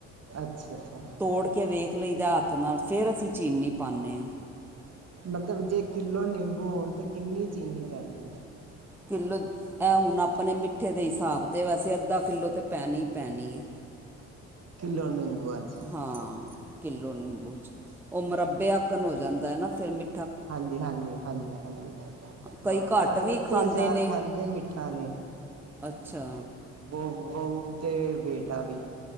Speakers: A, on the right; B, in the centre.
A: ਅੱਛਾ-ਅੱਛਾ।
B: ਤੋੜ ਕੇ ਵੇਖ ਲਈਦਾ ਹੱਥ ਨਾਲ ਫੇਰ, ਅਸੀਂ ਚੀਨੀ ਪਾਨੇ ਆਂ।
A: ਮਤਲਬ, ਜੇ ਕਿੱਲੋ ਨਿੰਬੂ ਹੋਣ ਤੇ ਕਿੰਨੀ ਚੀਨੀ ਪੈਂਦੀ ਏ।
B: ਕਿੱਲੋ ਐ ਹੁਣ ਅਪਣੇ ਮਿੱਠੇ ਦੇ ਹਿਸਾਬ ਦੇ ਵੈਸੇ ਅੱਧਾ ਕਿੱਲੋ ਤੇ ਪੈਣੀ ਪੈਣੀ ਏ।
A: ਕਿਲੋ ਨੀਬੂ ਐ।
B: ਹਾਂ, ਕਿੱਲੋ ਨਿੰਬੂ ਚ ਔ ਮੁਰੱਬੇ ਆਕਣ ਹੋ ਜਾਂਦਾ ਐ ਨਾ ਫਿਰ ਮਿ
A: ਹਾਂਜੀ-ਹਾਂਜੀ, ਹਾਂਜੀ-ਹਾਂਜੀ।
B: ਕਈ
A: ਹਾਂ
B: ਘੱਟ
A: ਸਾਡੇ
B: ਵੀ
A: ਬੱਚੇ
B: ਖਾਂਦੇ
A: ਸਾਰਾ
B: ਨੇ
A: ਖਾਂਦੇ ਮਿੱਠਾ ਨੇ
B: ਅੱਛਾ।
A: ਬਹੁ ਬਹੁ ਤੇ ਬੇਟਾ ਵੀ।